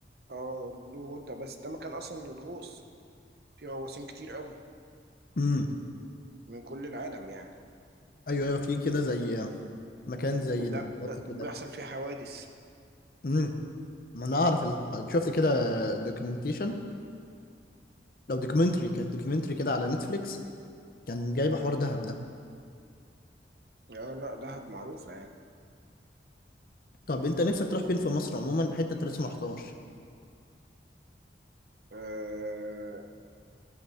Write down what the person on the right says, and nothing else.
اه البلو هول ده بس ده مكان اصلا للغوص في غواصين كتير قوي
من كل العالم يعني
وده
ب-
بيحصل فيه حوادث
مم.
اه لا دهب معروفة يعني
آه